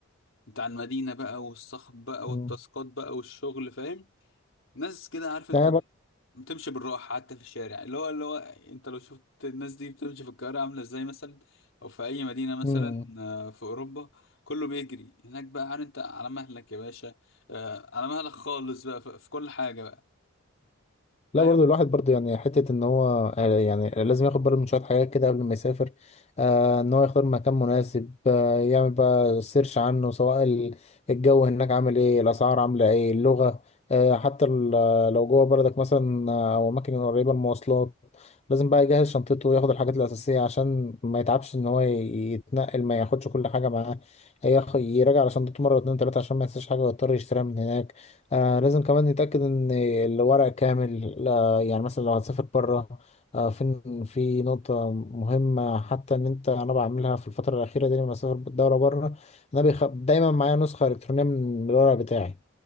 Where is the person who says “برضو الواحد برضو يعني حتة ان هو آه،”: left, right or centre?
Left